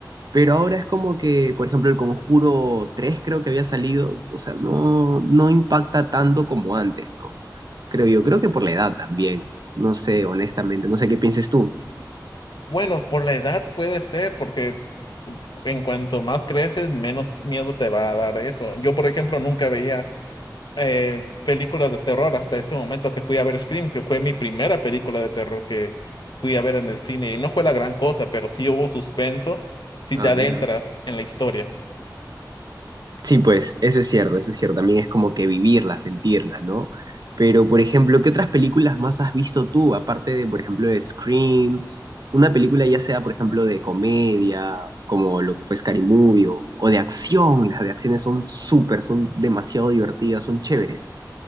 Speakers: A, on the right; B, on the left.
A: Pero ahora es como que, por ejemplo, el Conjuro tres creo que había salido, o sea, no, no impacta tanto como antes, ¿no? Creo yo, creo que por la edad también, no sé, honestamente, no sé qué pienses tú.
B: Bueno, por la edad puede ser, porque en cuanto más creces, menos miedo te va a dar eso. Yo, por ejemplo, nunca veía eh, películas de terror hasta ese momento que fui a ver Scream, que fue mi primera película de terror que fui a ver en el cine. Y no fue la gran cosa, pero sí hubo suspenso si
A: Ah,
B: te adentras
A: mira.
B: en la historia.
A: Sí, pues eso es cierto, eso es cierto. También es como que vivirla, sentirla, ¿no? Pero, por ejemplo, ¿qué otras películas más has visto tú, aparte de, por ejemplo, de Scream? Una película ya sea, por ejemplo, de comedia, como lo que fue Scary Movie, o, o de acción. Las de acciones son súper, son demasiado divertidas, son chéveres.